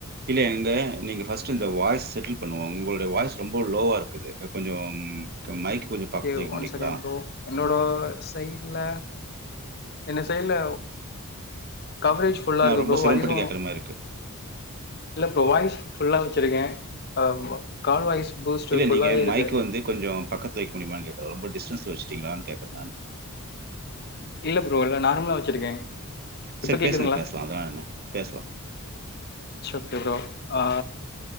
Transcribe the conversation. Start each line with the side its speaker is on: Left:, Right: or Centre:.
Right: இல்ல எங்க நீங்க ஃபர்ஸ்ட்டு இந்த வாய்ஸ் செட்டில் பண்ணுவோ உங்களுடைய வாய்ஸ் ரொம்ப லோவா இருக்குது கொஞ்சோ ம் க மைக் கொஞ்சம் பக்கத்துல
Left: ஓகே
Right: வைக்க
Left: ஒன்
Right: முடியுங்களா?
Left: செகண்ட் ப்ரோ என்னோட சைடுல என்ன சைடுல கவரேஜ் ஃபுல்லா
Right: நான்
Left: இருக்கு
Right: ரொம்ப
Left: ப்ரோ
Right: சிரமப்பட்டு
Left: வாய்ஸு
Right: கேக்குற மாரி இருக்கு.
Left: இல்ல ப்ரோ வாய்ஸ் ஃபுல்லா வெச்சிருக்கே ஆ வ கால் வாய்ஸ் பூஸ்ட்
Right: இல்ல
Left: ஃபுல்லாவே
Right: நீங்க
Left: இருக்கு
Right: மைக் வந்து கொஞ்சோ பக்கத்துல வெ க்க முடியுமானு கேக்கற ரொம்ப டிஸ்டன்ஸ்ல வெச்சிட்டீங்களான்னு கேக்கற நானு
Left: இல்ல ப்ரோ இல்ல நார்மலா வெச்சிருக்கேன் இப்ப
Right: சரி
Left: கேக்குதுங்ளா
Right: பேசுங்க பேசலாம். அதெல்லாம் என்ன? பேசலாம்.
Left: ட்ஸ் ஓகே ப்ரோ அ